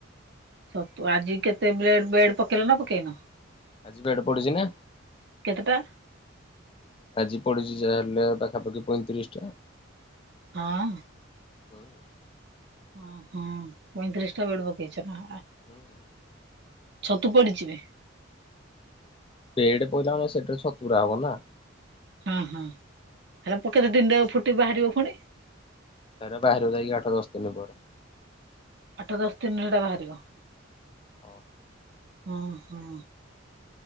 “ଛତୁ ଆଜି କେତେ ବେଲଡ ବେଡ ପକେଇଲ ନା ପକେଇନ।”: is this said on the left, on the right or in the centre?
Right